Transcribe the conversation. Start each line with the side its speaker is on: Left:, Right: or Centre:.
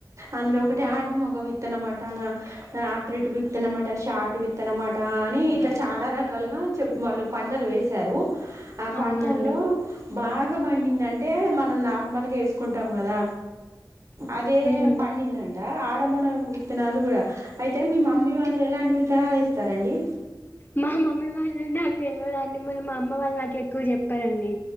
Right: అందులో ఒకటి ఆడ మొగ విత్తనమాట ఆబ్రిట్ విత్తనమాట షాట్ విత్తనమాట అని ఇట్లా చాలా రకాలుగ చె వాళ్ళు పంటలు వేశారు ఆ పంటల్లో
Left: అవునండి
Right: బాగ చకబండిందంటే మనం నార్మల్గా వేసుకుంటాం కదా అదే
Left: ఉమ్.
Right: పండిందండి ఆడమూడ విత్తనాలు కూడా అయితే మీ మమ్మీ వాళ్ళు ఎలాంటి విత్తనాలు వేస్తరండి
Left: మా మమ్మీ వాళ్ళ న తెల్వదండి మా అమ్మ వాళ్ళ నా ఎక్కు చెప్పారండి